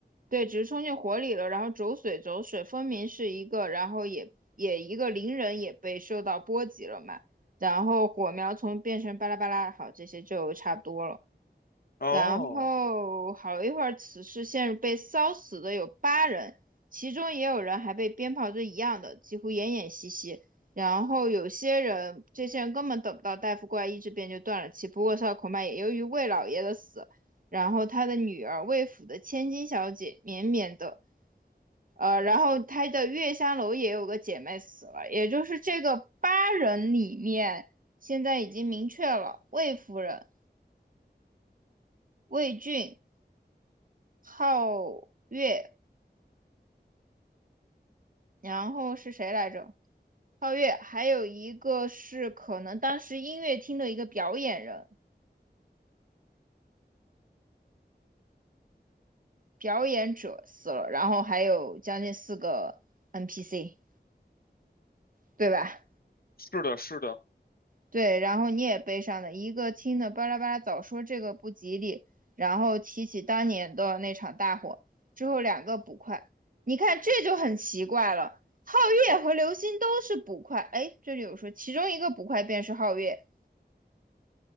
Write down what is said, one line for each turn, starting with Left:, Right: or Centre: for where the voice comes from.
Right: 对，只是冲进火里了。然后走水走水，分明是一个，然后也也一个灵人也被受到波及了嘛。然后火苗从变成巴拉巴拉，好，这些就差不多了。
Left: 哦，
Right: 然后好一会儿，此事陷入被烧死的有八人，其中也有人还被鞭炮是一样的，几乎奄奄息息。然后有些人，这些人根本等不到大夫过来医治，便就断了气。不过，烧恐怕也由于魏老爷的死，然后他的女儿魏府的千金小姐绵绵的，呃，然后他的月香楼也有个姐妹死了，也就是这个八人里面，现在已经明确了魏夫人、魏俊。皓月，然后是谁来着？皓月，还有一个是可能当时音乐厅的一个表演人、表演者死了，然后还有将近四个 NPC，对吧？
Left: 是的，是的。
Right: 对，然后你也悲伤的，一个听的巴拉巴拉早说这个不吉利，然后提起当年的那场大火，之后两个捕快，你看这就很奇怪了，皓月和流星都是捕快，哎，这里有说其中一个捕快便是皓月。